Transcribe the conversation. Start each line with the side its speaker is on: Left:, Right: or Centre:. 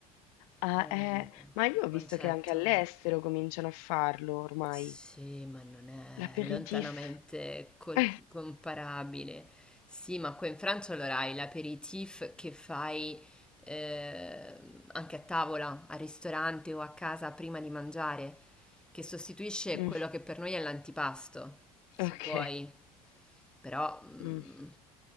Left: Ah,
Centre: Eh,
Left: eh, ma io
Centre: il
Left: ho
Centre: concetto.
Left: visto che anche all'estero cominciano a farlo ormai.
Centre: Sì, ma non è
Left: L'aperitif.
Centre: lontanamente col-
Left: <laughs>
Centre: comparabile. Sì, ma qua in Francia allora hai l'aperitif che fai eh, anche a tavola, al ristorante o a casa prima di mangiare, che sostituisce
Left: Eh,
Centre: quello
Left: mm,
Centre: che per noi è l'antipasto, se
Left: ok.
Centre: vuoi. Però, mm,
Left: Mm,